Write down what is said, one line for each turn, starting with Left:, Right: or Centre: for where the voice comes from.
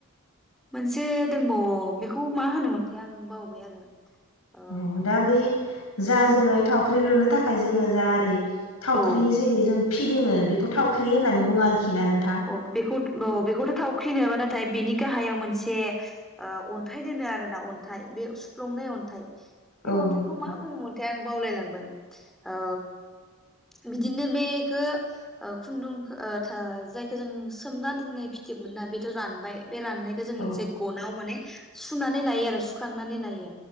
Centre: मोनसे दंबावो बेखौ मा होनोमोनथाय आं बावबाय आरो ओ
Left: औ दा बे जा
Centre: गुद
Left: जोङो थावख्रि लुनो नि थाखाय जोङो जा ओरै थावख्रि
Centre: औ
Left: जेरै जों फिदिङो बेखौ थावख्रि होननानै बुङो आरोखि ना नों
Centre: अ बेखौ बेखौथ' थाव ख्रिनोबा नाथाय बेनि गाहायाव मोनसे ओ अन्थाइ दोनो आरो ना अन्थाइ बे सुफ्लंनाय अन्थाइ बे
Left: औ
Centre: अन्थाइखौ
Left: नोंथां
Centre: मा बुङो मोनथाय आं बावलायलांबाय औ बिदिनो बेखो खुन्दुं जाय खो जों सोमना दोननाय फिथोब मोनना बेथ' रानबाय बे राननायखौ जों मोनसे
Left: औ
Centre: गनाव माने सुनानै लायो आरो सुखांनानै लायो